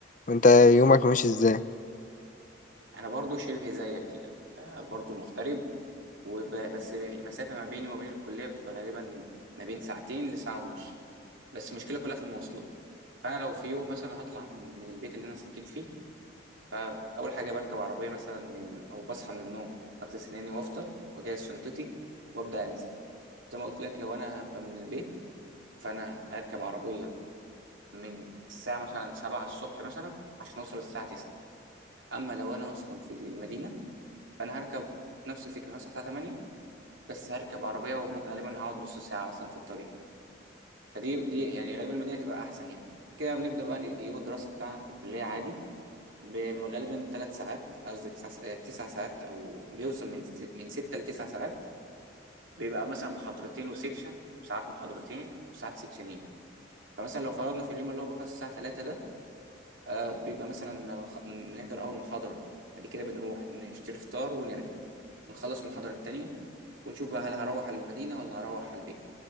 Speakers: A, on the left; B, on the right.
A: وأنت يومك ماشي إزاي
B: انا برضو شبه زيك كده آه، برضو مغترب وب... بس المسافة ما بيني وما بين الكلية بتبقى غالبا ما بين ساعتين لساعة ونص بس المشكلة كلها في المواصلات فانا لو في يوم مثلا هطلع من من البيت اللي انا ساكن فيه فاول حاجة بركب عربية مثلا من او بصحى من النوم بغسل سناني وافطر واجهز شنطتي وابدا انزل زي ما قلت لك لو انا هبقى من البيت فانا هركب عربيه من الساعه مثلا 7 الصبح مثلا عشان اوصل الساعه 9 اما لو انا اصلا في المدينه فانا هركب نفس الفكره هصحى الساعه 8 بس هركب عربيه وغالبا هقعد نص ساعه مثلا في الطريق فدي دي يعني غالبا المدينه تبقى احسن يعني كده بنبدا بقى اليوم الدراسي بتاعنا في الكليه عادي ب- بيبقى غالبا ثلاث ساعات قصدي تسع س- آه، تسع ساعات او بيوصل من ست- من ستة لتسع ساعات بيبقى مثلا محاضرتين وسيكشن ساعات محاضرتين وساعات سيكشنين فمثلا لو فرضنا في اليوم اللي هو بيخلص الساعة 3 ده آه بيبقى مثلا خ- من بنحضر أول محاضرة بعد كده بنروح نشتري فطار ونرجع ونخلص المحاضرة التانية ونشوف بقى هل هروح على المدينة ولا هروح على البيت